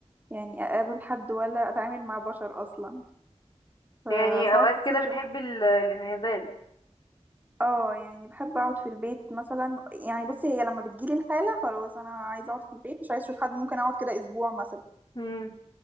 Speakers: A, on the right; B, on the left.
A: يعني اقابل حد ولا اتعامل مع بشر اصلا فساعات
B: يعني اوقات
A: كتير
B: كده بتحبي ال- الانعزال
A: اه يعني بحب اقعد في البيت مثلا يعني بصي هي لما بتجيلي الحاله خلاص انا عايزه اقعد في البيت مش عايزه اشوف حد ممكن اقعد كده اسبوع مثلا
B: امم